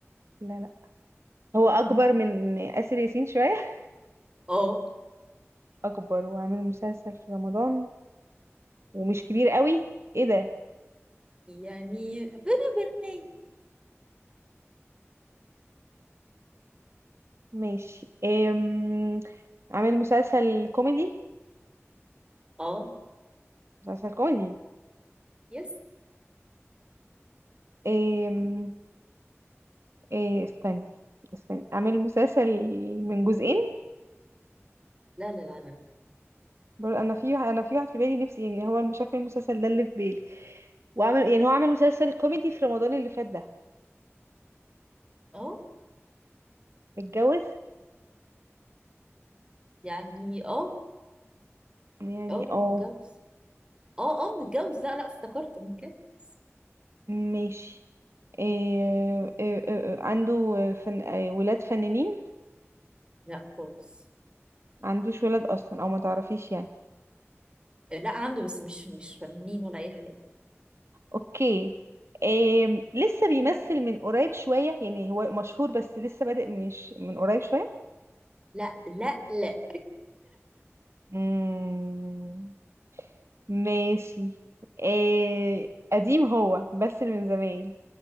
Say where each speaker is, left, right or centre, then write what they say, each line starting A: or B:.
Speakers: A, on the right; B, on the right.
A: لا لا هو اكبر
B: مم.
A: من آسر ياسين شوية <laughs>
B: اه <laughs>
A: اكبر وعامل مسلسل في رمضان ومش كبير قوي ايه ده
B: يعني بيبي بنات
A: ماشي أم... عامل مسلسل كوميدي
B: اه
A: مسلسل كوميدي
B: يس
A: أم... إيه استنى استنى عامل مسلسل من جزئين
B: لا لا لا لا لا.
A: برضه انا في انا في واحد في بالي نفسي يعني هو مش عارفه إيه المسلسل ده اللي في بالي وعمل يعني هو عمل مسلسل كوميدي في رمضان اللي فات ده
B: اه
A: متجوز
B: يعني اه
A: يعني
B: اه
A: اه
B: متجوز اه اه متجوز لا لا افتكرت متجوز
A: ماشي إيه إيه إيه إيه، عنده فن... آه، ولاد فنانين
B: لا خالص
A: ما عندوش ولاد اصلا او ما تعرفيش يعني
B: لا عنده بس مش مش فنانين ولا اي حاجه
A: اوكي آم، لسه بيمثل
B: أيوة.
A: من قريب شوية يعني هو مشهور بس لسه بادئ مش من قريب شوية
B: لا لا لا
A: مم، ماشي آه، قديم هو بس من زمان